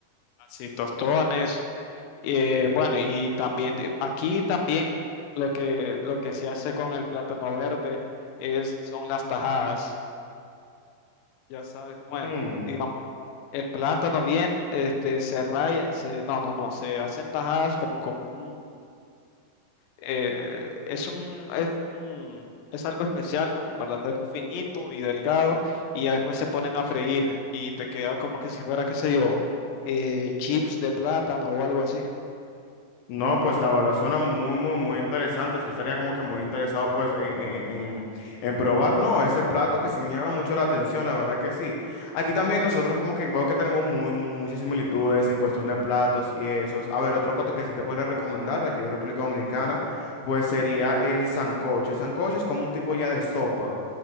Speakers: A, on the left (about 85°); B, on the left (about 70°).
A: Así, tostones. eh, bueno, y también de- aquí también lo que, lo que se hace con el plátano verde es, son las tajadas. Ya sabes cómo es.
B: Mm.
A: Digamos, el plátano bien, este, se raya, se, no, no, no, se hacen tajadas como con un, eh, es un, es un, es algo especial como para hacerlo finito y delgado y ya después se ponen a freír y te queda como que si fuera, qué sé yo, eh, chips de plátano o algo así.
B: No, pues la verdad suena muy, muy, muy interesante. Sí estaría como que muy interesado pues en, en- en- en probar, ¿no? Ese plato que sí me llama mucho la atención, la verdad que sí. Aquí también nosotros como que veo que tenemos muy, muy, muchas similitudes en cuestión de platos y esos. A ver, otro plato que sí te podría recomendar de aquí de República Dominicana, pues sería el sancocho. El sancocho es como un tipo ya de sopa.